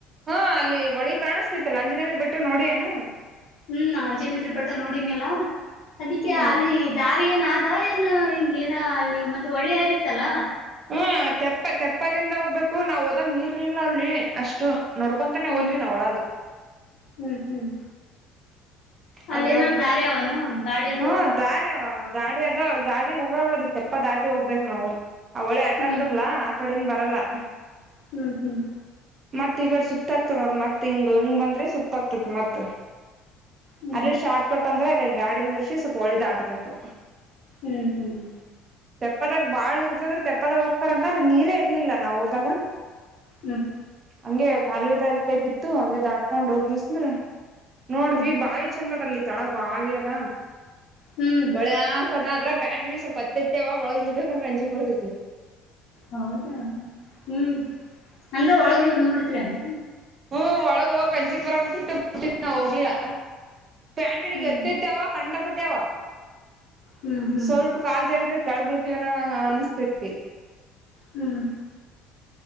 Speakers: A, on the right (about 35°); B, on the left (about 65°).
A: ಹ್ಮ್ಮ್ ಅಲ್ಲಿ ವಳಿ ಕಾಣುಸ್ತೈತಲ ಆಂಜಿನಾದ್ರಿ ಬಿಟ್ಟ ನೋಡಿಯೆನು.
B: ಹ್ಮ್ ಆಂಜಿನಾದ್ರಿ ಭಟ್ಟ ನೋಡಿನೇಲ ಅದಿಕೆ
A: ಹ್ಮ್
B: ಅಲ್ಲಿ ದಾರಿ. ಏನಾದ ಏನು ಹಿಂಗೇನ ಅಲ್ಲಿ ಮತ್ ಒಳ್ಳೆ ಏರಿತಲ್ಲ.
A: ಹ್ಮ ತೆಪ್ಪ ತಪ್ಪದಿಂದ ಹೋಗ್ಬೇಕು ನಾವ್ ಹೋದಾಗ್ ನೀರ್ ಇರ್ಲಿಲಲ್ಲಿ ಅಷ್ಟು. ನೋಡ್ಕೊಂತಾನೇ
B: ಹ್ಮ್
A: ಹೋದ್ವಿ ನಾವ್ ಒಳಗ.
B: ಹ್ಮ್ ಹ್ಮ್ ಅಲ್ಲಿ
A: ಅಲೆಗ್
B: ಏನಾರ ದಾರಿ ಅವನು ಗಾಡಿ ಅದು
A: ಹ್ಮ
B: ಹೋಗಕ
A: ದರ್ಯಾಗ್. ಗಾಡಿ ಅದ ಗಾಡಿ ಹೋಗಲ್ಲದು ತೆಪ್ಪ ದಾಟಿ ಹೋಗ್ಬೇಕ್ ನಾವು ಆ ಒಳೆ ಅಡಗ್ತದಲ್ಲ
B: ಹ್ಮ್
A: ಆಕಡಿಂದ. ಬಲ್ಲ.
B: ಹ್ಮ್ ಹ್ಮ್.
A: ಮತ್ ಈಕಡೆ ಸುತ್ತಗ್ತದ ಅದ ಮತ್ ಹಿಂಗ ಹಿಂಗ್ ಬಂದ್ರೆ ಸುತ್ತಾಕ್ತಾತ್ ಮತ.
B: ಹ್ಮ್
A: ಅಲ್ಲಿ ಶಾಟ್ಕಟ್ ಅಂದ್ರೆ ಅಲ್ಲಿ ಗಾಡಿನಿದ್ರುಶಿ ಸ್ವಲ್ಪ ಹೊಳಿ ದಟ್ಬೇಕು.
B: ಹ್ಮ್ ಹ್ಮ್.
A: ತೆಪ್ಪದಾಗ ಬಾಳ್ ಇರ್ಜದರ್ ತೆಪ್ಪದಾಗ ಹೋಗ್ತಾರಂತ ಅಲ್ಲಿ ನೀರೇ ಇರ್ಲಿಲ್ಲ ನಾವ್ ಹೋದಾಗ.
B: ಹ್ಮ್.
A: ಹಂಗೆ ಕಾಲಿ ದಾರಿದ್ ಪೆಪಿತ್ತು ಹಂಗೆ ದಾಟ್ಕೊಂಡ್ ಹೋಗಿಸ್ಮ್ರ ನೋಡುದ್ವಿ
B: ಹ್ಮ್
A: ಬಾವಿ ಚಂದದಲ್ಲಿ. ತೇಳಗ್ ಬಾವಿ ಅದ
B: ಹ್ಮ್
A: ಹೊಳೆ ಹಕ್. ಬರೆ ಪ್ಯಾಂಟಿಗೆ ಸ್ವಲ್ಪ ಹತ್ತತ್ಯವ ಒಳಗ್ ಇಳಿಬೇಕಂದ್ರೆ ಹಂಜಿಕ್ ಬರತೈತಿ.
B: ಹೌದಾ ಹ್ಮ್ ಅಂದ್ರ ಒಳಗ ಇ್ದ್ ನೋಡಿದ್ರ ಅಲ್ಲ
A: ಹ್ಮ್ ಒಳಗ ಹೋಗ ಕಂಜಚಿಕ್ ಬರಕ್ಟ್ಟಿಟ್ಟಟ್ಟ ಹೋಗ್ಲ ಪ್ಯಾಂಟನಿಿಗೆ
B: ಹ್ಮ್
A: ಎತ್ತತ್ತವ ಕಂಡ ಪಟ್ಟಾವ
B: ಹ್ಮ್ ಹ್ಮ್
A: ಸ್ವಲ್ಪ ಕಾಲ್ ಜರದ್ರೆ ಕಳ್ ಬಿಿಡ್ತೀವನ್ನ ನ ಅನಸ್ತತಿ
B: ಹ್ಮ್